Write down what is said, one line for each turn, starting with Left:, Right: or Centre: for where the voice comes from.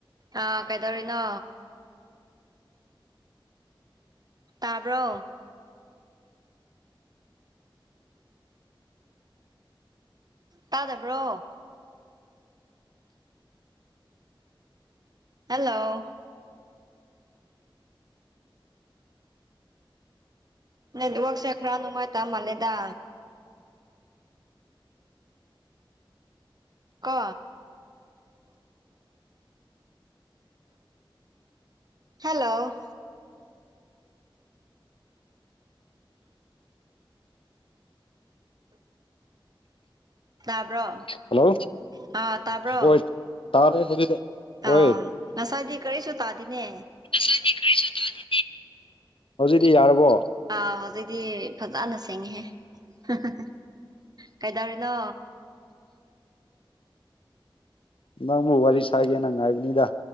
Right: ꯑꯥ ꯀꯩꯗꯧꯔꯤꯅꯣ ꯇꯥꯕ꯭ꯔꯣ ꯇꯥꯗꯕ꯭ꯔꯣ ꯍꯜꯂꯣ ꯅꯦꯠꯋꯛꯁꯦ ꯈꯔ ꯅꯨꯡꯉꯥꯏꯇ ꯃꯜꯂꯦꯗ ꯀꯣ ꯍꯜꯂꯣ ꯇꯥꯕ꯭ꯔꯣ
Left: ꯍꯜꯂꯣ
Right: ꯑꯥ ꯇꯥꯕ꯭ꯔꯣ
Left: ꯍꯣꯏ ꯇꯥꯔꯦ ꯍꯧꯖꯤꯛꯇ ꯍꯣꯏ
Right: ꯑꯥ ꯉꯁꯥꯏꯗꯤ ꯀꯔꯤꯁꯨ ꯇꯥꯗꯦꯅꯦ
Left: ꯉꯁꯥꯏꯗꯤ ꯀꯔꯤꯁꯨ ꯇꯧꯗꯦꯅꯦ ꯍꯧꯖꯤꯛꯇꯤ ꯌꯥꯔꯕꯣ
Right: ꯑꯥ ꯍꯧꯖꯤꯛꯇꯤ ꯐꯖꯅ ꯁꯦꯡꯉꯤꯍꯦ ꯍꯥ ꯍꯥ ꯀꯩꯗꯧꯔꯤꯅꯣ
Left: ꯅꯪꯕꯨ ꯋꯥꯔꯤ ꯁꯥꯒꯦꯅ ꯉꯥꯏꯕꯅꯤꯗ